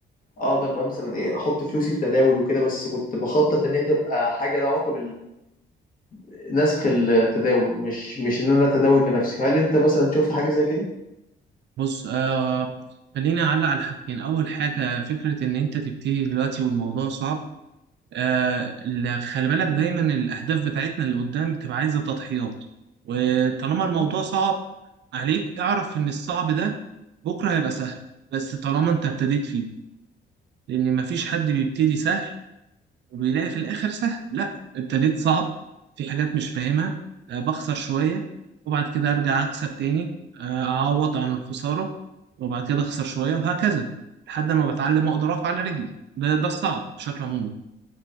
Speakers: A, on the left (about 45°); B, on the right (about 60°).
A: اقدر بقى مثلا ايه احط فلوسي في تداول وكده بس كنت بخطط ان هي تبقى حاجة لها علاقة بنسخ التداول مش مش ان انا اتداول بنفسي هل انت مثلا شفت حاجة زي كده؟
B: بص آه خليني أعلق على حاجتين أول حاجة فكرة إن أنت تبتدي دلوقتي والموضوع صعب آه لا، خلي بالك دايما الأهداف بتاعتنا اللي قدام بتبقى عايزة تضحيات وطالما الموضوع صعب عليك اعرف إن الصعب ده بكرة هيبقى سهل بس طالما أنت ابتديت فيه لأن مفيش حد بيبتدي سهل وبيلاقي في الاخر سهل لا ابتديت صعب في حاجات مش فاهمها آه، بخسر شويه وبعد كده ارجع اكسب تاني آه، اعوض عن الخساره وبعد كده اخسر شويه وهكذا لحد ما بتعلم اقدر اقف على رجلي ده ده الصعب بشكل عمومي